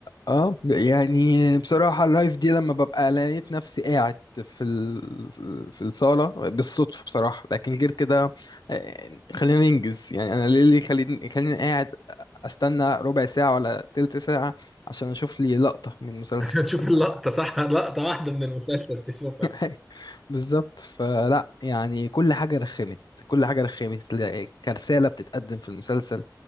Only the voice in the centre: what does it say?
عشان تشوف
اللقطة صح لقطة واحدة من المسلسل تشوفها